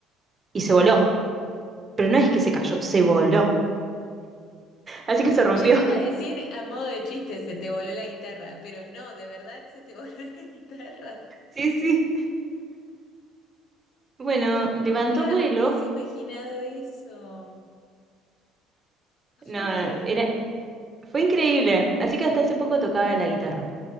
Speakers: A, on the right; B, on the left.
A: y se voló, pero no es que se cayó, se voló, así que se rompió.
B: Yo te iba a decir a modo de chiste, se te voló la guitarra, pero no, de verdad se te voló <laughs> la guitarra.
A: Sí, sí. Bueno, levantó
B: Nunca
A: vuelo.
B: hubiese imaginado eso.
A: No,
B: Ok.
A: era, fue increíble. Así que hasta hace poco tocaba la guitarra.